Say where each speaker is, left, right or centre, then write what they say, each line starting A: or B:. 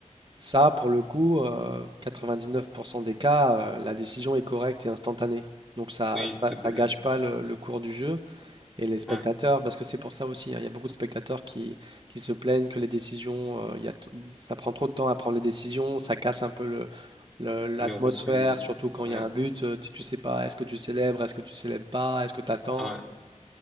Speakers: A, on the right; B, in the centre.
A: Ça, pour le coup, euh, 99% des cas, euh, la décision est correcte et instantanée. Donc ça,
B: oui,
A: ça,
B: tout
A: ça
B: à fait,
A: gâche pas le, le cours du jeu. Et les spectateurs,
B: ouais,
A: parce que c'est pour ça aussi, hein, il y a beaucoup de spectateurs qui, qui se plaignent que les décisions, euh, il y a- il- ça prend trop de temps à prendre les décisions, ça casse un peu le, le- l'atmosphère,
B: le rythme, du jeu.
A: surtout quand il
B: ouais,
A: y a un but, euh, tu, tu sais pas, est-ce que tu célèbres, est-ce que tu célèbres pas, est-ce que tu attends?
B: ouais,